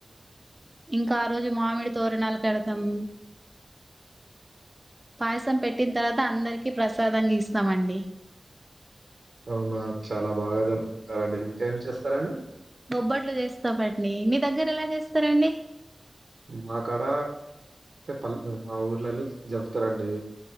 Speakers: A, on the right; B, on the right.
A: ఇంకా ఆ రోజు మామిడి తోరణాలు కడతామ్ పాయసం పెట్టిన తర్వాత అందరికి ప్రసాదం గీస్తామండి
B: అవునా చాలా బాగా జరుపుకుంటారండి ఇంకేం చేస్తారండి
A: బొబ్బట్లు జేస్తాం అండి మీ దగ్గర ఎలా చేస్తారండి
B: మాకాడ పల్ మా ఊర్లలో జరుపుతారండి